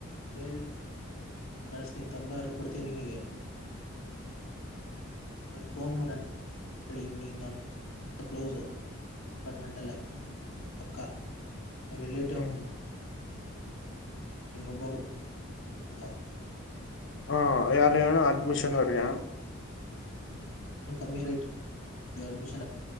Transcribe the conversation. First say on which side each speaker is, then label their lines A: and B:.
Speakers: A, on the left; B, on the left.
A: ಕೇಳ್ ಕಳ್ಸ್ತೀನಿ ತೊಂಬಾರು ಕೊಡ್ತೀನಿ ನಿಮಗೆ ಅವ್ರ ಫೋನ್ ಮಾಡ ಹಿ ಕ್ಲೋಸು <inaudible> ಡಿಪಾರ್ಟ್ಮೆಂಟ್ ಅಲ್ಲೇ ಅಕ್ಕ ನಿಮ್ಮ ರಿಲೇಟಿವ್
B: ಹ್ಮ್
A: ಹಂಗೊಬ್ಬಡ್ ಅಂತ
B: ಹಾ ಯಾರ ಯನು ಅಡ್ಮಿಷನ್
A: ನಾನು
B: ಅವರಿಗ
A: ಕಮ್ಮಿ ರೇಟ್ ಅಡ್ಮಿಷನ್